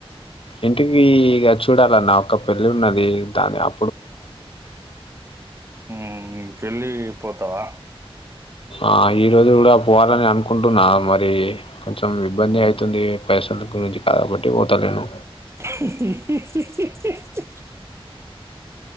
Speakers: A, on the left (about 65°); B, on the right (about 25°).
A: ఇంటికి ఇక చూడాలన్నా ఒక పెళ్లి ఉన్నది దాని అ
B: ఉమ్ పెళ్లి పోతావా
A: ఆ ఈరోజు కూడా పోవాలనే అను కుంటున్నా మరి కొంచెం ఇబ్బంది అయితుంది పైసలు గురించి కాబట్టి పోతలేను
B: హి హి హి హి హి హి